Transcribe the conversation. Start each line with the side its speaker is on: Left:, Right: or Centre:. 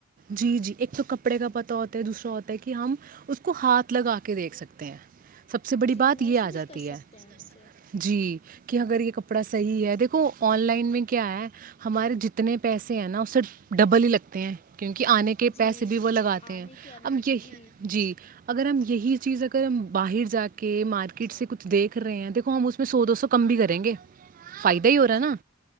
Right: جی جی ایک تو کپڑے کا پتا ہوتا ہے دوسرا ہوتا ہے کہ ہم اس کو ہاتھ لگا کے دیکھ سکتے ہیں سب سے بڑی
Left: جی
Right: بات
Left: محسوس
Right: یہ آ جاتی
Left: کر سکتے
Right: ہے
Left: ہیں ہم اسے
Right: جی کہ اگر یہ ک <unintelligible> کپڑا صحیح ہے دیکھو آن لائن میں کیا ہے ہمارے جتنے پیسے ہیں نا اسے ڈبل ہی لگتے ہیں <unintelligible> کیونکہ آنے کے پیسے
Left: جی
Right: بھی وہ لگاتے
Left: آنے
Right: ہیں
Left: کے الگ
Right: اب یہی
Left: جی
Right: جی <unintelligible> اگر ہم یہی چیز اگر ہم باہر جا کے مارکیٹ سے کچھ دیکھ رہے ہیں دیکھو ہم اس میں سو دو سو کم بھی کریں گے فائدہ ہی ہو رہا ہے
Left: جی
Right: نا